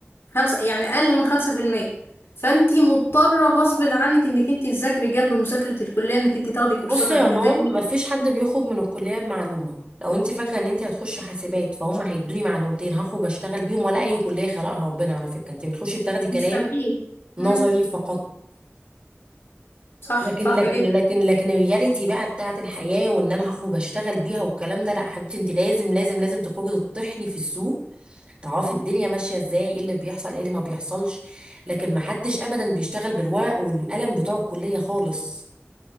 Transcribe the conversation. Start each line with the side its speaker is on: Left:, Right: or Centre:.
Left: خمسة يعني أقل من خمسة في المية فانتي مضطرة غصب عنك انك انتي تذاكري جنب مذاكرة الكلية انك انتي تاخدي كورسات
Right: بص يا
Left: أجنبية
Right: رون مفيش حد بيخرج من الكلية بمعلومة لو انت فاكرة ان انت هتخش حاسبات فهم هيدوني معلومتين هخرج اشتغل بيهم ولا اي كلية خلقها ربنا على فكرة انت بتخشي بتاخدي
Left: مستحيل
Right: كلام نظري
Left: مم.
Right: فقط
Left: صح
Right: لكن
Left: صح
Right: لكن
Left: جدا
Right: لكن لكن الرياليتي بقى بتاعت الحياة وان انا هخرج اشتغل بيها والكلام ده لا حبيبتي انت لازم لازم لازم تخرجي تطحني في السوق تعرفي الدنيا ماشية ازاي ايه اللي بيحصل ايه اللي ما بيحصلش لكن ما حدش ابدا بيشتغل بالورق والقلم بتوع الكلية خالص